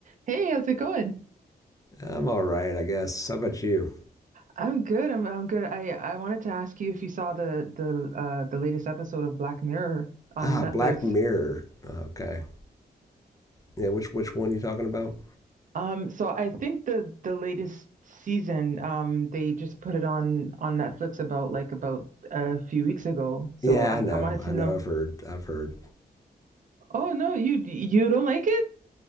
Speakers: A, on the right; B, on the left.
A: Hey, how's it going?
B: I'm all right, I guess. How about you?
A: I'm good. I'm I'm good. I I wanted to ask you if you saw the the uh the latest episode of Black Mirror on
B: Ah,
A: Netflix.
B: Black Mirror. Okay. Yeah, which which one you talking about?
A: Um, so I think the the latest season, um, they just put it on on Netflix about like about a few weeks ago. So
B: Yeah,
A: I'm,
B: I know.
A: I wanted to
B: I
A: know.
B: know. I've heard. I've heard.
A: Oh no, you you don't like it?